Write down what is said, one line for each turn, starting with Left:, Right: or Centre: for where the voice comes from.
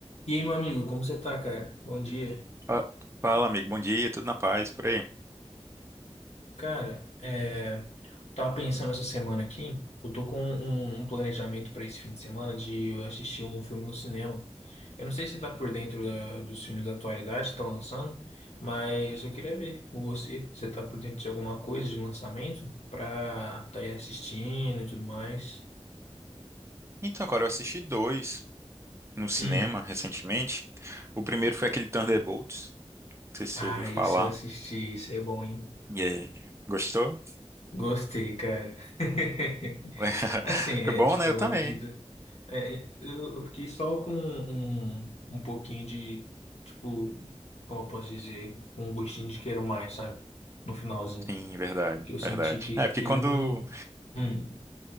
Left: E aí, meu amigo, como você tá, cara? Bom dia.
Right: Fa- Fala, amigo, bom dia, tudo na paz, por aí.
Left: Cara, é, tava pensando essa semana aqui, eu tô com um, um planejamento pra esse fim de semana de eu assistir um filme no cinema. Eu não sei se você tá por dentro da- dos filmes da atualidade que tá lançando, mas eu queria ver com você, você tá por dentro de alguma coisa de lançamento pra tá aí assistindo e tudo mais.
Right: Então, agora eu assisti dois no cinema
Left: Hum.
Right: recentemente. O primeiro foi aquele Thunderbolts, não sei se
Left: Ah,
Right: você ouviu falar.
Left: esse eu assisti, esse é bom, hein?
Right: E aí, gostou?
Left: Gostei, cara. <laughs>
Right: <laughs>
Left: Assim, é
Right: Foi bom,
Left: tipo,
Right: né? Eu
Left: na
Right: também.
Left: medida. é, eu, eu fiquei só com um, um pouquinho de, tipo, como eu posso dizer, com um gostinho de quero mais, sabe? No finalzinho.
Right: Sim, verdade,
Left: Que eu senti
Right: verdade.
Left: que,
Right: É, porque
Left: que
Right: quando.
Left: ele não. Hum.